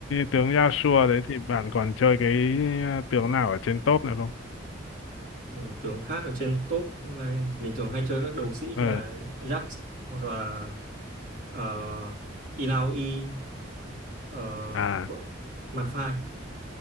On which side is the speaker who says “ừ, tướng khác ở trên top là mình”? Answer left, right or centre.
Right